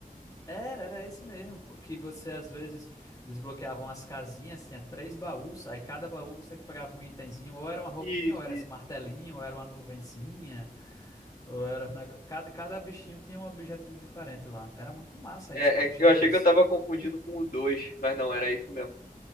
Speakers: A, on the left; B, on the left.
A: Era, era esse mesmo, pô. Que você às vezes desbloqueavam as casinhas, tinha três baús, aí cada baú você pegava um itemzinho, ou era uma roupinha,
B: Isso,
A: ou era
B: isso.
A: esse martelinho, ou era uma nuvenzinha, ou era. um nego- Cada, cada bichinho tinha um objetivo diferente lá. Era muito massa
B: É,
A: isso, pô.
B: é-
A: Gênios.
B: eu achei que eu tava confundindo com o dois mas não, era isso mesmo.